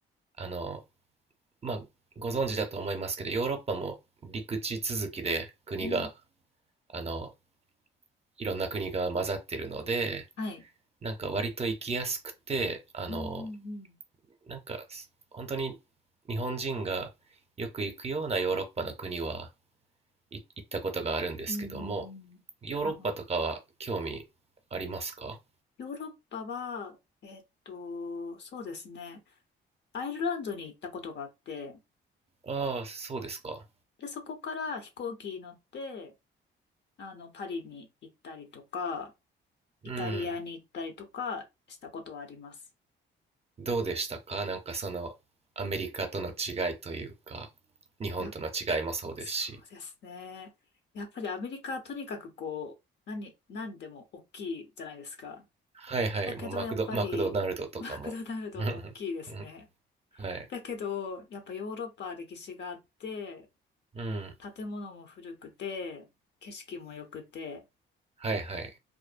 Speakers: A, on the right; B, on the left.
A: あの、まあ、ご存知だと思いますけど、ヨーロッパも陸地続きで国が、
B: うん、
A: あの、いろんな国が混ざってるので、
B: はい。
A: なんか割と行きやすくて、あの、
B: うん、うん、
A: なんか本当に日本人がよく行くようなヨーロッパの国は行ったことがあるんですけども、
B: うん、うん、うんうんあの、
A: ヨーロッパとかは興味ありますか
B: ヨーロッパは、えっと、そうですね。アイルランドに行ったことがあって、
A: ああ、そうですか。
B: で、そこから飛行機に乗って、あの、パリに行ったりとか、イタリアに行ったりとかしたことはあります。
A: うん。どうでしたかなんかそのアメリカとの違いというか、日本との違いもそうですし。
B: や、そうですね。やっぱりアメリカはとにかくこう、何、何でも大きいじゃないですか。
A: はいはい、
B: だけどやっぱりマクドナルドも大きいですね。
A: もうマクド、マクドナルドとかも。<laughs> うんうんはい。
B: だけど、やっぱヨーロッパは歴史があって、
A: うん。
B: 建物も古くて、景色も良くて、
A: はいはい。